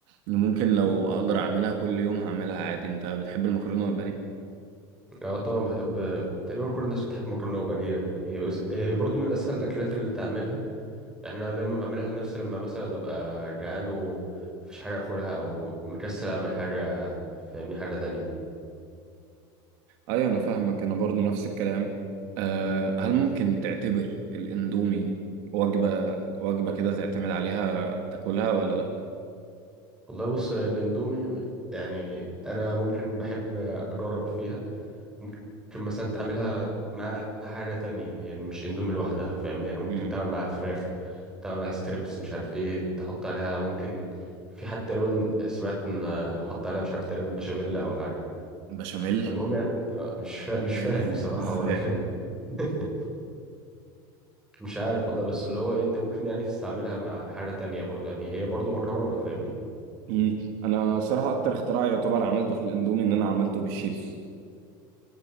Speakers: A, on the right; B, in the centre.
A: ممكن لو أقدر أعملها كل يوم هعملها عادي أنت بتحب المكرونة والبانيه؟
B: اه طبعا بحب تقريبا كل الناس بتحب مكرونه وبانيه يعني هي بس هي برضو من اسهل الاكلات اللي تعملها يعني انا دايما بعملها لنفسي لما مثلا ابقى جعان ومفيش حاجه اكلها او مكسل اعمل حاجه فاهمني حاجه تانية
A: ايوه انا فاهمك انا برضو نفس الكلام أه هل ممكن تعتبر الاندومي وجبة وجبة كده تعتمد عليها تاكلها ولا لا
B: والله بص الاندومي يعني انا ممكن بحب اجرب فيها ممكن مثلا تعملها معاها حاجة تانية يعني مش اندومي لوحدها فاهمني يعني ممكن
A: امم
B: تعمل معاها فراخ تعمل
A: طيب
B: معاها ستريبس مش عارف ايه تحط عليها ممكن في حد تقريبا سمعت ان حط عليها مش عارف تقريبا بشاميل او حاجة
A: بشاميل
B: فالمهم يعني آه، مش فا... مش فاهم
A: <laughs>
B: بصراحة
A: ازاي
B: هو ده كان <laughs> مش عارف والله بس اللي هو ايه انت ممكن يعني تستعملها مع حاجة تانية برضو يعني هي برضو مكرونة فاهمني
A: مم. انا صراحة اكتر اختراع يعتبر عملته في الاندومي ان انا عملته بالشيتوس